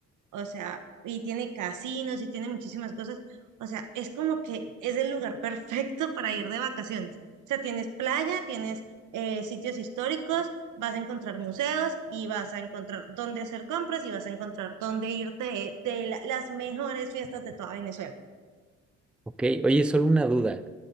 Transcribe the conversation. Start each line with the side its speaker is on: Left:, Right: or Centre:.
Right: o sea, y tiene casinos y tiene muchísimas cosas, o sea, es como que es el lugar <laughs> perfecto para ir de vacaciones. O sea, tienes playa, tienes eh, sitios históricos, vas a encontrar museos y vas a encontrar dónde hacer compras y vas a encontrar dónde irte de, la- las mejores fiestas de toda Venezuela.
Centre: Ok, oye, solo una duda.